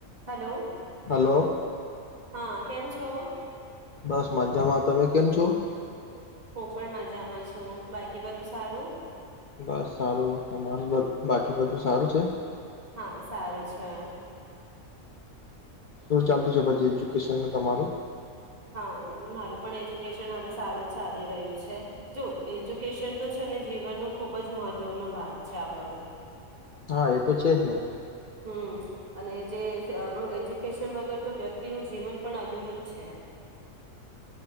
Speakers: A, on the right; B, on the left.
A: Hello
B: hello
A: હા, કેમ છો?
B: બસ મજામાં, તમે કેમ છો?
A: હું પણ મજામાં છું, બાકી બધું સારું?
B: બસ સારું, તમારું બ બાકી બધું સારું છે?
A: હા, સારું છે.
B: શું ચાલતું છે પછી, એજ્યુકેશનનું તમારું?
A: હા મારું પણ એજ્યુકેશન હવે સારું ચાલી રહ્યું છે. જો એજ્યુકેશન તો છે ને જીવનનો ખુબ જ મહત્વનો ભાગ છે આપણો
B: હા એ તો છે જ ને.
A: હમ્મ અને જે આપણું એજ્યુકેશન વગર તો વ્યક્તિનું જીવન પણ અ અધુરુ જ છે.